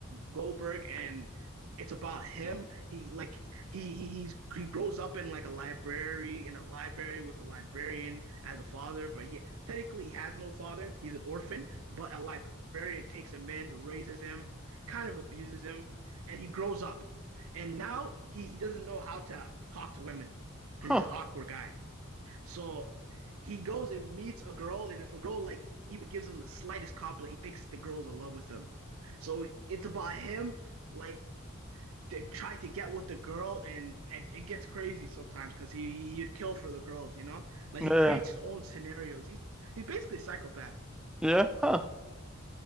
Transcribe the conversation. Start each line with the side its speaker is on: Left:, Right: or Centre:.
Right: Goldberg, and it's about him. He like he he he's, he grows up in like a library in a library with a librarian as a father, but he technically he has no father. He's an orphan, but a librarian takes him in, raises him, kind of abuses him, and he grows up. And now he, he doesn't know how to talk to women because
Centre: Huh.
Right: he's an awkward guy. So he goes and meets a girl, and if a girl like even gives him the slightest compliment, he thinks the girl's in love with him. So it's about him like to- trying to get with the girl, and and it gets crazy sometimes because he he'd kill for the girls, you know? Like
Centre: Yeah.
Right: he creates his own scenarios. He's he's basically a psychopath.
Centre: Yeah. Huh.